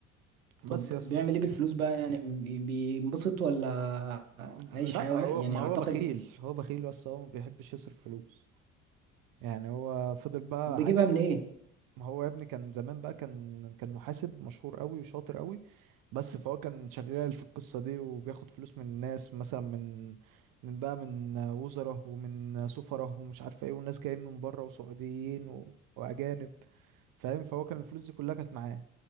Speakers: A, on the right (about 90°); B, on the right (about 55°).
A: طب
B: بس يس
A: بيعمل ايه بالفلوس بقى يعني بي- بينبسط ولا
B: لا
A: عايش حياة وح-
B: هو
A: يعني
B: ما
A: اعتقد
B: هو بخيل هو بخيل بس هو ما بيحبش يصرف فلوس يعني هو فضل بقى
A: طب بيجيبها
B: عايش
A: منين
B: ما هو يا ابني كان زمان بقى كان كان محاسب مشهور قوي وشاطر قوي بس فهو كان شغال في القصة دي وبياخد فلوس من الناس مثلا من من بقى من وزراء ومن سفراء ومش عارف ايه والناس جايين من بره وسعوديين و... واجانب فاهم فهو كان الفلوس دي كلها كانت معاه